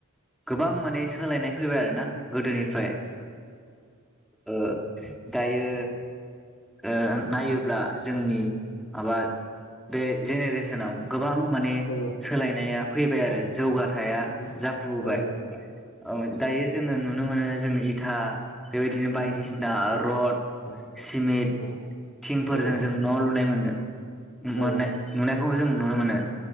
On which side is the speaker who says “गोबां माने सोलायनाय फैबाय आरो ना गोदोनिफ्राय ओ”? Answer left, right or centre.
Centre